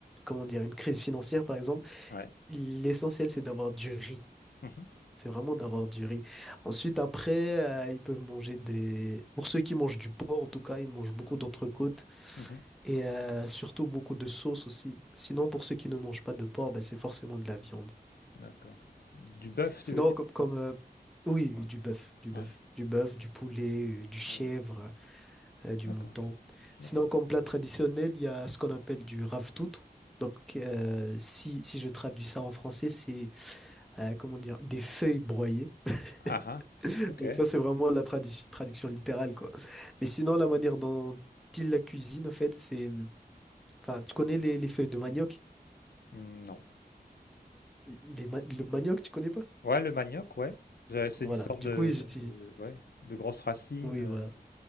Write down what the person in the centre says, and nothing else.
comment dire, une crise financière, par exemple,
l'essentiel c'est d'avoir du riz.
C'est vraiment d'avoir du riz. Ensuite, après, euh, ils peuvent manger des... Pour ceux qui mangent du porc, en tout cas, ils mangent beaucoup d'entrecôtes
et euh, surtout beaucoup de sauce aussi. Sinon, pour ceux qui ne mangent pas de porc, bah, c'est forcément de la viande.
Sinon,
comme... comme euh, Oui, oui, du bœuf, du
bœuf. Du bœuf, du poulet, euh, du chèvre,
euh, du
mouton. Sinon,
comme plat traditionnel, il y a ce qu'on appelle du ravtout. Donc, euh, si, si je traduis ça en français, c'est, euh, comment dire, des feuilles broyées.
<laughs>
Donc ça, c'est vraiment la tradu- traduction littérale, quoi. Mais sinon, la manière dont il la cuisine, en fait, c'est... Enfin, tu connais les, les feuilles de manioc?
Les ma- le manioc, tu connais pas?
Voilà.
Du
coup, ils
utilisent...
Oui,
voilà.